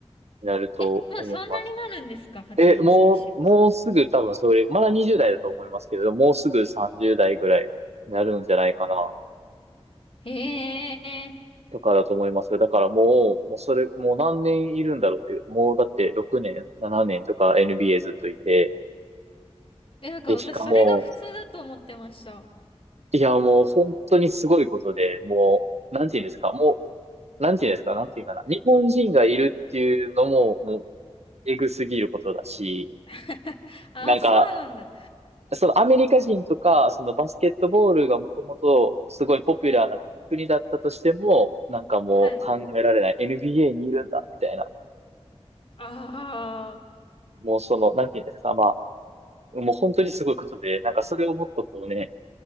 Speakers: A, on the right; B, on the left.
A: になると思います。
B: え、もうそんなになるんですか、八村選手って。
A: え、もう、もうすぐ多分それ、まだ20代だと思いますけど、もうすぐ30代ぐらいになるんじゃないかな、
B: へえ。
A: とかだと思いますよ。だからもう、もうそれ、もう何年いるんだろうっていう、もうだって6年、7年とか NBA ずっといて、
B: え、なんか私、
A: で、しかも、
B: それが普通だと思ってました。
A: いや、もう本当にすごいことで、もう、なんて言うんですか、もう、なんて言うんですか、なんて言うかな。日本人がいるっていうのも、もう、えぐすぎることだし、
B: <laughs> あ、
A: なんか、
B: そうなんだ。
A: そのアメリカ人とか、そのバスケットボールがもともとすごいポピュラーな国だったとしても、なんかもう考えられない
B: はい。
A: NBA にいるんだ、みたいな。
B: ああ。
A: もうその、なんて言うんですか、まあ、もう本当にすごいことで、なんかそれをもっとこうね、